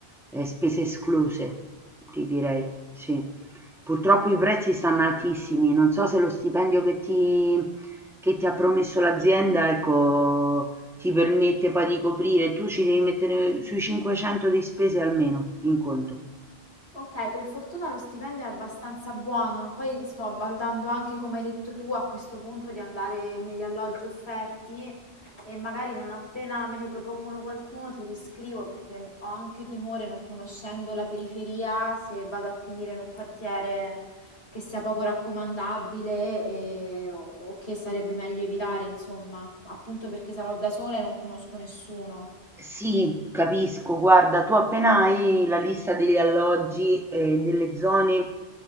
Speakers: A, in the centre; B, on the left.
A: eh, spese escluse, ti direi, sì. Purtroppo i prezzi stanno altissimi, non so se lo stipendio che ti, che ti ha promesso l'azienda, ecco, ti permette poi di coprire, tu ci devi mettere sui 500 di spese almeno in conto.
B: Okay, per fortuna lo stipendio è abbastanza buono, poi sto valutando anche, come hai detto tu, a questo punto di andare negli alloggi offerti e magari non appena me ne propongono qualcuno ti riscrivo perché ho anche timore, non conoscendo la periferia, se vado a finire in un quartiere che sia poco raccomandabile e- o o che sarebbe meglio evitare, insomma, appunto perché sarò da sola e non conosco nessuno.
A: Sì, capisco. Guarda, tu appena hai la lista degli alloggi e delle zone,